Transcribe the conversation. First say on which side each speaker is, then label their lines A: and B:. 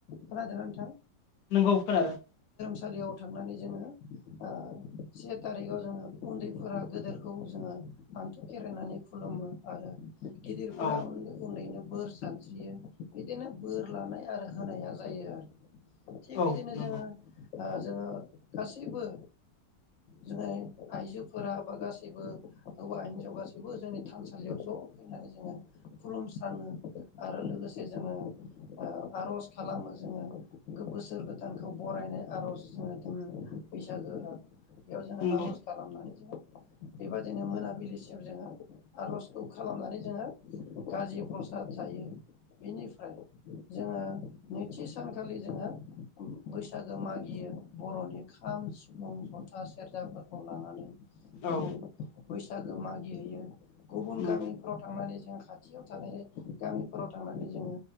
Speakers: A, on the left; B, on the left.
A: खोनादोंनानोंथां।
B: नोंगौ खोनादों।
A: सालियाव थांनानै जोङो ओ से थारिखाव जोङो उन्दैफोरा गेदेरखौ जोङो आनथु' खेरायनानै खुलुमो आरो गिदिरफोरा
B: औ
A: उन्दैनो। बोर सानस्रियो बिदिनो बोर लानाय आरो होनाया जायो आरो। थिग
B: औ
A: बिदिनो
B: नंगौ
A: जोङो ओ जोङो गासैबो जोङो आइजोफोरा बा गासैबो हौवा हिनजाव गासैबो जोंनि थानसालियाव ज'। फैनानै जोङो खुलुमस्राङो आरो लोगोसे जोङो ओ आर'ज खालामो जोङो बोसोर गोदानखौ बरायनो आर'ज जोङो जोङो बैसागोआ बेयाव जोङो
B: नंगौ
A: आर'ज खालामनानै जोङो बेबायदिनो मोनाबिलिसिम जोङो। आर'जखौ खालामनानै जोंङो गाजि प्रसाद जायो बेनिफ्राय। जोङो नैथि सानखालि जोङो बैसाग गो मागियो बर'नि खाम सिफुं जन्था सेरजाफोरखौ लानानै।
B: औ
A: दिनै बैसागो मागिहैयो गुबुन
B: नंगौ
A: गामिफ्राव थांनानै जों। खाथियाव थानाय गामिफोराव थानानै जोङो